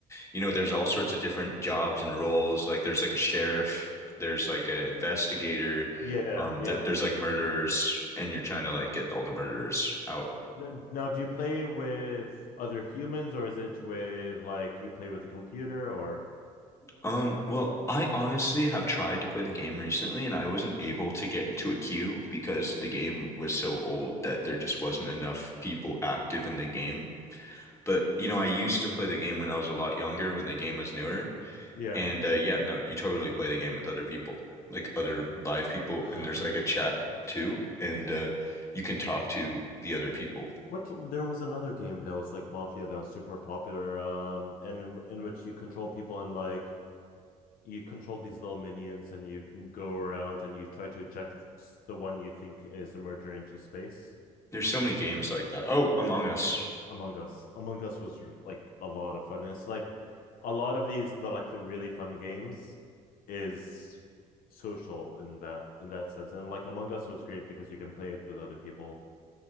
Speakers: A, on the left; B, on the left.
A: you know there's all sorts of different jobs and roles. Like there's like a sheriff, there's like an investigator,
B: Yeah,
A: um
B: yeah.
A: th there's like murderers, and you're trying to like get all the murderers out.
B: Now, now, do you play with other humans, or is it with like you play with a computer, or?
A: Um well, I honestly have tried to play the game recently and I wasn't able to get into a queue because the game was so old that there just wasn't enough people active in the game But you know, I used to play the game when I was a lot younger, when the game was newer.
B: Yeah.
A: And uh, yeah, no, you totally play the game with other people, like other live people,
B: <sighs>
A: and there's like a chat too, and uh, you can talk to the other people.
B: What there was another game that was like Mafia that was super popular, um, and in, in which you control people and like you control these little minions and you can go around and you try to eject the one you think is a murderer into space.
A: There's so many games like that. Oh, Among Us.
B: Among Us. Among Us was r- like a lot of fun. It's like a lot of these the like the really fun games is social in that in that sense. And like Among Us was great because you can play it with other people